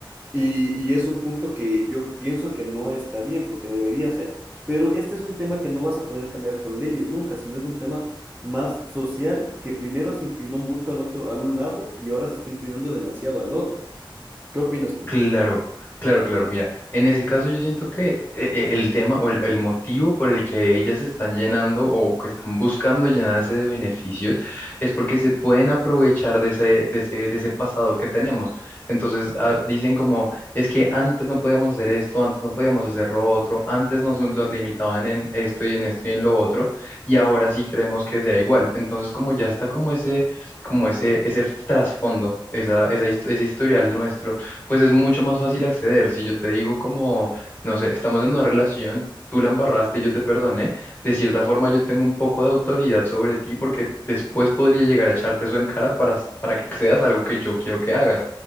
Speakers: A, on the right; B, on the left.
A: Y, y es un punto que yo pienso que no está bien, porque debería ser, pero este es un tema que no vas a poder cambiar con leyes nunca, sino es un tema más social que primero se inclinó mucho al otro, al un lado y ahora se está inclinando demasiado al otro. ¿Qué opinas tú?
B: Claro, claro, claro. Mira, en ese caso yo siento que eh, eh, el tema o el, el motivo por el que ellas se están llenando o que están buscando llenarse de beneficios es porque se pueden aprovechar de ese, de ese, de ese pasado que tenemos. Entonces ah, dicen como, es que antes no podíamos hacer esto, antes no podíamos hacer lo otro, antes nos, nos limitaban en esto y en esto y en lo otro, y ahora sí queremos que sea igual. Entonces como ya está como ese, como ese, ese trasfondo, esa, esa, his- ese historial nuestro pues es mucho más fácil acceder. Si yo te digo como, no sé, estamos en una relación, tú la embarraste, yo te perdoné, de cierta forma yo tengo un poco de autoridad sobre ti porque después podría llegar a echarte eso en cara para, s- para que accedas a algo que yo quiero que hagas.